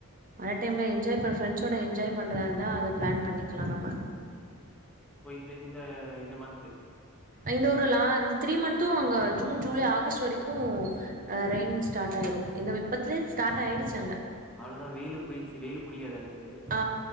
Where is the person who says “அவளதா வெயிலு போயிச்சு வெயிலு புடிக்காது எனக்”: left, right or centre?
Centre